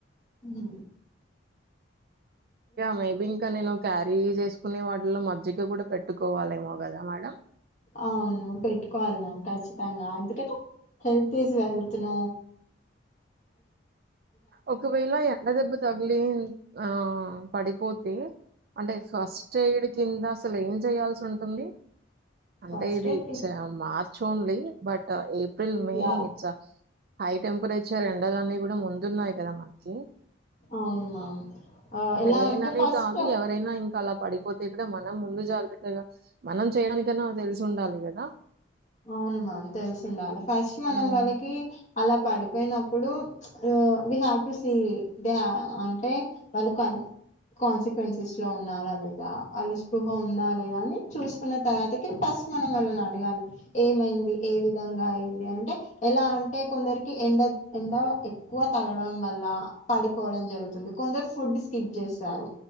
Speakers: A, on the left; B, on the right.
A: ఉ
B: మై బిన్ కనేను క్యార ఏవి చేసుకునే వాటిలో మజ్జిక కూడా పెట్టుకోవాలేమో కదా మేడం,
A: అవును పెట్టుకోవాలి మనం ఖచ్చితంగా ఎందుకట హెల్త్ ఇస్ వెల్ నుో
B: ఒకవేళ ఎండ దెబ్బ తగిలి ఆ పడిపోతే అంటే ఫస్ట్ ఎయిడ్ కింద అసలు ఏం చేయాల్సి ఉంటుంది అంటే
A: ఫస్ట్
B: ఇది
A: ఎయిడ్
B: మార్చ చూడండి but April May
A: yeah
B: it's high temperature ఎండాలన్న, కూడా ముందున్నాయి కదా మనకి
A: అవును మ్యామ్
B: అంటే
A: ఎలా
B: నేననే
A: ఫస్ట్
B: కాదు ఎవరైనా ఇంకా అలా పడిపోతే కూడా మనం ముందు జాగ్రత్తగా మనం చేయనికైనా తెలిసి ఉండాలి, కదా
A: అవును మామ్ తెలిసు ఉండాలి ఫస్ట్ మనం
B: హ్మ్
A: వాళ్ళకి అలా పడిపోయినప్పుడు we have to see the అంటే వాళ్ళు కన్ కాన్సిక్వెన్సెస్ లో ఉన్నారా లేదా అలు స్పృహ ఉందా లేదా అని చూసుకున్న, తర్వాతకి ఫస్ట్ ఫాస్ట్ మనం వాళ్లని అడగాలి, ఏమైంది ఏ విధంగా అయింది అనంటే ఎలా అంటే కొందరికి ఎండ ఎండ ఎక్కువ, తగడం వల్ల పడిపోవడం జరుగుతుంది, కొందరు ఫుడ్ స్కిప్ చేస్తారు,